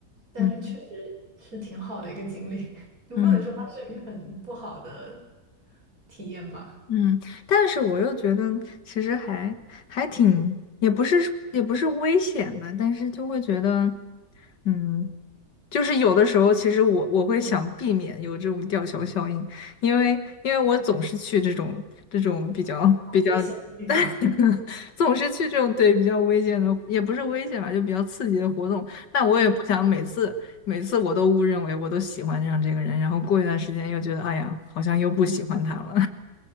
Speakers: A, on the right; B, on the left.
A: 但是确实是挺好的一个经历，
B: 嗯
A: <laughs> 你不能说它是一个很不好的
B: 嗯。
A: 体验吧？
B: 嗯，但是我又觉得其实还还挺，也不是也不是危险吧，但是就会觉得，嗯，就是有的时候其实我我会想避免有这种吊桥效应，因为因为我总是去这种这种比较比较，
A: 啊，危险的地方，
B: <laughs> 总是去这种对比较危险的，也不是危险吧，就比较刺激的活动，那我也不想每次每次我都误认为我都喜欢上这个人，
A: 嗯，
B: 然后过一段时间又觉得，哎呀，好像又不喜欢他了。